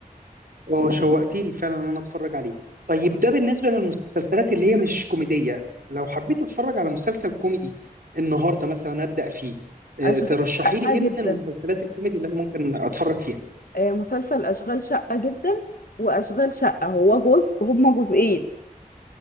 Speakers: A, on the right; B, on the left.
A: اه شوقتيني فعلا ان انا اتفرج عليه طيب ده بالنسبه للمسلسلات اللي هي مش كوميديه لو حبيت اتفرج على مسلسل كوميدي النهارده مثلا ابدا فيه آه،
B: اشغال
A: ترشحي
B: شقة
A: لي ايه
B: جدا
A: من المسلسلات الكوميدي اللي انا ممكن اتفرج فيها
B: آه مسلسل اشغال شقة جدا واشغال شقة هو جزء هما جزئين